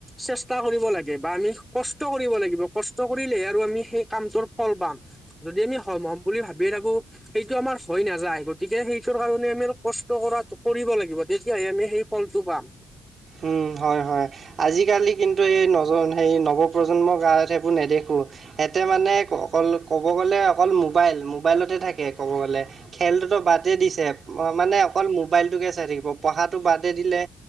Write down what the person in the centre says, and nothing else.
চেষ্টা কৰিব লাগে বা আমি কষ্ট কৰিব লাগিব। কষ্ট কৰিলেহে আৰু আমি সেই কামটোৰ ফল পাম। যদি আমি হম হম বুলি ভাবি থাকো, সেইটো আমাৰ হৈ নাযায়। গতিকে সেই টোৰ কাৰণে আমি কষ্ট কৰা কৰিব লাগিব তেতিয়াহে আমি সেই ফলটো পাম।